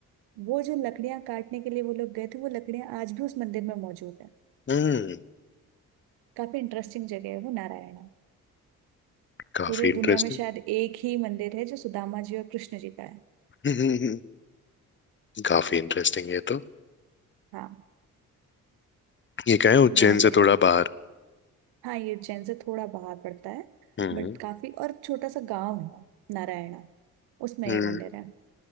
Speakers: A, on the right; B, on the left.
A: वो जो लकड़ियां काटने के लिए वो लोग गए थे वो लकड़ियां आज भी उस मंदिर में मौजूद है
B: हम्म
A: काफी इंटरेस्टिंग जगह है वो नारायणा
B: काफी
A: पूरे
B: इंटरेस्टिंग
A: दुनिया में शायद एक ही मंदिर है जो सुदामा जी और कृष्ण जी का है
B: <laughs> काफी इंटरेस्टिंग है तो
A: हाँ
B: ये क्या है उज्जैन
A: वहाँ जरूर
B: से थोड़ा बाहर
A: हाँ ये उज्जैन से थोड़ा बाहर पड़ता है
B: हम्म
A: बट काफी और छोटा सा गांव है नारायणा उसमें
B: हम्म
A: ये मंदिर है